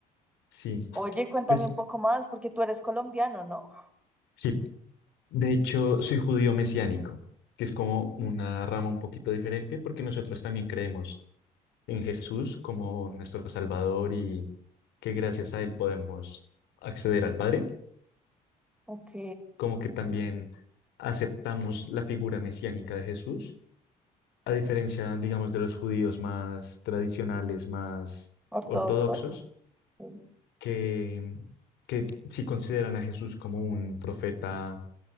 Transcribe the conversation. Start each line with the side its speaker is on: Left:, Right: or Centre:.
Left: Sí,
Centre: Oye, cuéntame
Left: pues
Centre: un poco más, porque tú eres colombiano, ¿no?
Left: sí. De hecho, soy judío mesiánico, que es como una rama un poquito diferente porque nosotros también creemos en Jesús como nuestro Salvador y que gracias a él podemos acceder al Padre.
Centre: Ok,
Left: como que también aceptamos la figura mesiánica de Jesús, a diferencia, digamos, de los judíos más tradicionales, más
Centre: ortodoxos.
Left: ortodoxos,
Centre: Sí.
Left: que, que sí consideran a Jesús como un profeta,